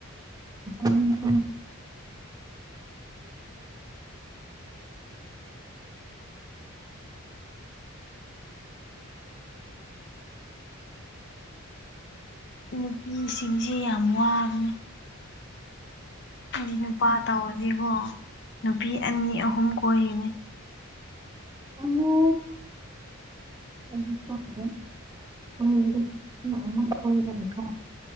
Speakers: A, on the right; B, on the left.
A: ꯎ ꯎ <unintelligible>
B: ꯅꯨꯄꯤꯁꯤꯡꯁꯦ ꯌꯥꯝ ꯋꯥꯕꯅꯦ ꯑꯩꯗꯤ ꯅꯨꯄꯥ ꯇꯧꯔꯗꯤꯀꯣ ꯅꯨꯄꯤ ꯑꯅꯤ ꯑꯍꯨꯝ ꯀꯣꯏꯒꯅꯤ
A: ꯑꯝꯃꯨ ꯑꯩꯗꯤ ꯀꯣꯏꯔꯣꯏ ꯑꯣꯏꯔꯗꯤ ꯑꯃꯥꯈꯛ ꯀꯣꯏꯒꯅꯤꯀꯣ